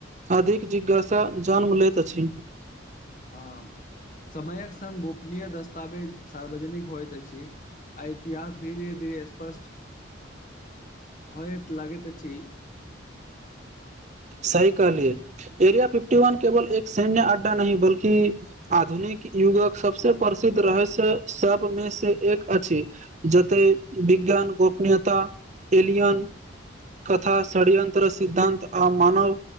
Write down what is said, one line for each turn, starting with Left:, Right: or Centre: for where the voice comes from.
Right: अधिक जिज्ञासा जन्म लैत अछि
Left: हँ समयक सङ्ग गोपनीय दस्तावेज सार्वजनिक होइत अछि आ इतिहास धीरे धीरे स्पष्ट होयत लागैत अछि
Right: सही कहलिय एरिया फिफ्टी वन केवल एक सैन्य अड्डा नहि बल्कि आधुनिक युगक सबस प्रसिद्ध रहस्य सबमे से एक अछि जते विज्ञान गोपनीयता एलियन कथा षड्यंत्र सिद्धान्त आ मानव